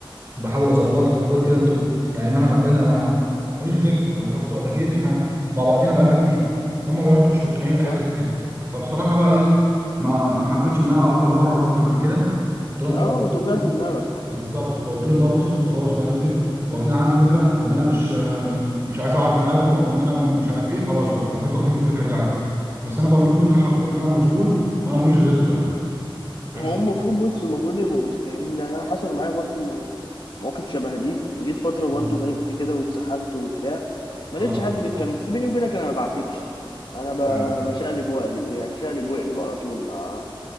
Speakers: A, on the right; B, on the left.
A: بحاول اظبطها
B: مم.
A: وغير كده انتوا يعني مهما كان انا مع أنا ماليش غيركم يعني رحت ولا جيت احنا مع بعضينا بقالنا كتير هم برضه مش مقتنعين بحاجه
B: صح
A: زي كده فبصراحه بقى ايه ما ما حبيتش ان انا افضل ابرر اكتر من كده قلت لهم
B: اه
A: خلاص
B: ما
A: بقى-
B: توجعش
A: آه،
B: دماغك
A: بالظبط فقلت لهم بقى بصوا خلاص بقى انت واخدين عني فكره ان انا مش م- مش عايز اقعد معاكم او ان انا مش عارف ايه خلاص بقى خليكم واخدين الفكره دي عادي بس انا بقول لكم ان انا حرفيا انا مشغول وانا ماليش غيركم يعني فاهم
B: هو المفروض بص المفروض يبقوا متفاهمين ده انا حصل معايا برضو مواقف شبه دي جيت فترة برضو
A: مم.
B: غلبت كده واتسحلت وبتاع ما
A: اه
B: لقيتش حد بيتكلم بس بيني وبينك انا ما بعاتبش انا ب-
A: ايوه
B: بشقلب واقلب يعني شقلب واقلب على طول ما